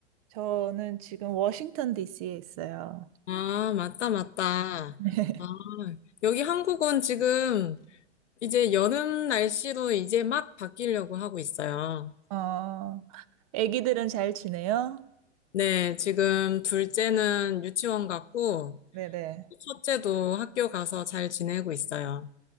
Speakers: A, on the right; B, on the left.
A: 저는 지금 워싱턴 DC에 있어요.
B: 아, 맞다, 맞다.
A: <laughs>
B: 아, 여기 한국은 지금 이제 여름 날씨로 이제 막 바뀌려고 하고 있어요.
A: 어, 애기들은 잘 지내요?
B: 네, 지금 둘째는 유치원 갔고,
A: 네네.
B: 첫째도 학교 가서 잘 지내고 있어요.